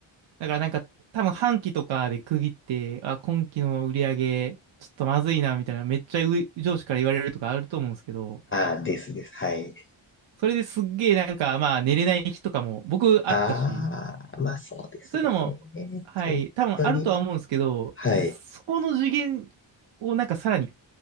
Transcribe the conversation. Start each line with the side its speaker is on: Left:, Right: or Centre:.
Right: だからなんか、多分半期とかで区切って、あ、今期の売り上げ、ちょっとまずいな、みたいな、めっちゃ上上司から言われるとかあると思うんですけど、
Left: ああ、ですです。はい。
Right: それですっげえなんか、まあ、寝れない日とかも僕あったし、
Left: ああ、まあそうですよね。
Right: そういうのも、はい、
Left: 本当に。
Right: 多分あるとは思うんですけど、
Left: はい。
Right: そこの次元をなんかさらに